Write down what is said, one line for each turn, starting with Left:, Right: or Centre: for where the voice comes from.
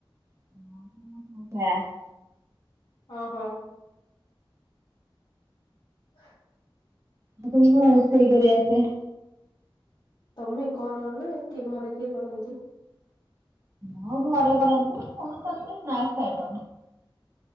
Right: <unintelligible>
Left: ହଁ ହଁ। ହ।
Right: ଆପଣଙ୍କୁ କଣ ରୋଷେଇ କରି ଆସେ?
Left: ତମେ କର ନା କିଏ ଘରେ କିଏ କରନ୍ତି?
Right: ହଁ ଘରେ କରନ୍ତି, <unintelligible>